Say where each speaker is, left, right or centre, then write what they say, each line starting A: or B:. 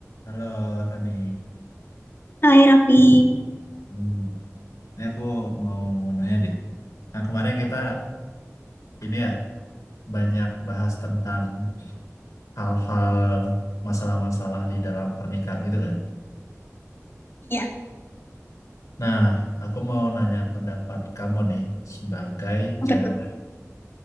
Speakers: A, on the left; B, on the left.
A: Halo, Fani.
B: Hai Raffi,
A: Hmm, ini aku mau nanya deh. Nah, kemarin kita ini ya banyak bahas tentang hal-hal masalah-masalah di dalam pernikahan gitu kan.
B: iya
A: Nah, aku mau nanya pendapat kamu nih sebagai
B: apa
A: cewek,
B: tuh?